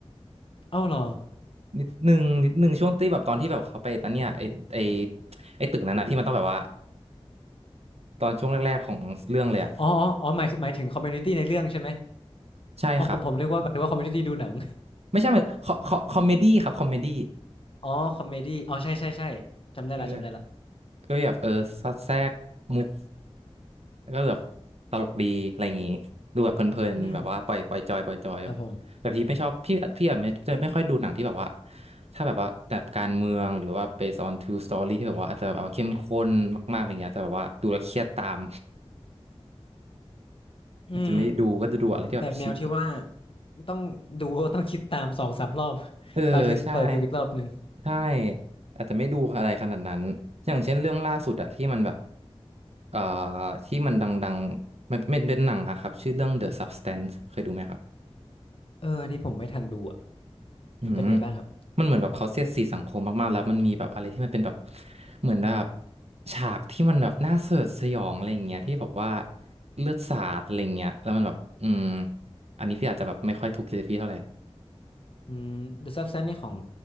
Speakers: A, on the left; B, on the right.
A: เอ้าเหรอ
B: นิดนึงนิดนึงช่วงที่แบบตอนที่แบบเขาไปตอนเนี้ยไอไอไอตึกนั้นนะที่มันต้องแบบว่าตอนช่วงแรกๆของเรื่องเลยอะ
A: อ๋ออ๋ออ๋อหมายหมายถึงคอมมูนิตี้ในเรื่องใช่ไหม
B: ใช่ครับ
A: อ๋อผมผมนึกว่าหมายถึงว่าคอมมูนิตี้ดูหนัง
B: ไม่ใช่มันคอคอคอมเมดี้ครับคอมเมดี้
A: อ๋อคอมเมดี้อ๋อใช่ใช่ใช่จำได้ละจำได้ละ
B: เออก็แบบเออสอดแทรกมุก แล้วก็แบบตลกดีอะไรอย่างงี้ดูแบบเพลินๆแบบว่าปล่อยปล่อยจอยปล่อยจอย
A: อืมครับผม
B: แบบพี่ไม่ชอบพี่พี่อาจจะไม่ค่อยดูหนังที่แบบว่าถ้าแบบว่าแบบการเมืองหรือว่า based on true story ที่แบบว่าอาจจะแบบว่าเข้มข้นมากๆอะไรเงี้ยอาจจะแบบว่าดูแล้วเครียดตาม
A: อืม
B: อาจจะไม่ได้ดูก็จะดูอะไรที่แบบชิ
A: แบบแนวที่ว่าต้องดูต้องคิดตามสองสามรอบ
B: เออใช่
A: <laughs> บางทีเปิดดูอีกรอบหนึ่ง
B: ใช่อาจจะไม่ดูอะไรขนาดนั้นอย่างเช่นเรื่องล่าสุดอะที่มันแบบเอ่อที่มันดังๆมันเป็นเป็นหนังอะครับชื่อเรื่อง The Substance เคยดูไหมครับ
A: เอออันนี้ผมไม่ทันดูอ่ะ
B: อืม
A: มันเป็นไงบ้างครับ
B: มันเหมือนแบบเขาเสียดสีสังคมมากๆแล้วมันมีแบบอะไรที่มันเป็นแบบเหมือนแบบฉากที่มันแบบน่าสยดสยองอะไรอย่างเงี้ยที่บอกว่าเลือดสาดอะไรอย่างเงี้ยแล้วมันแบบอืมอันนี้พี่อาจจะแบบไม่ค่อยถูกจริตพี่เท่าไหร่
A: อืม The Substance นี่ของ